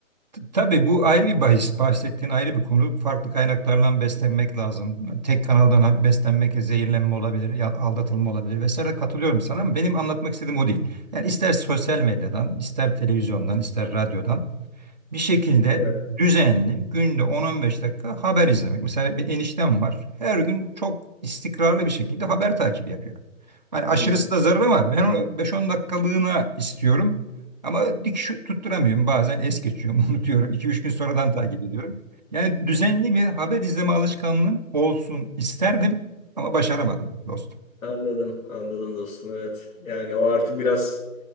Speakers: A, on the right; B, on the left.
A: T- Tabii bu ayrı bir bahis. Bahsettiğin ayrı bir konu. Farklı kaynaklardan beslenmek lazım. Tek kanaldan ha- beslenmek zehirlenme olabilir, ya- aldatılma olabilir vesaire. Katılıyorum sana ama benim anlatmak istediğim o değil. Yani ister sosyal medyadan, ister televizyondan, ister radyodan bir şekilde
B: Evet.
A: düzenli günde 10-15 dakika haber izlemek. Mesela bir eniştem var. Her gün çok istikrarlı bir şekilde haber takibi yapıyor. Hani aşırısı
B: Hmm,
A: da zarar ama ben onu 5-10 dakikalığına istiyorum. Ama dik şu tutturamıyorum. Bazen es geçiyorum, <laughs> unutuyorum. iki üç gün sonradan takip ediyorum. Yani düzenli bir haber izleme alışkanlığım olsun isterdim ama başaramadım dostum.
B: anladım, anladım dostum. Evet. Yani o artık biraz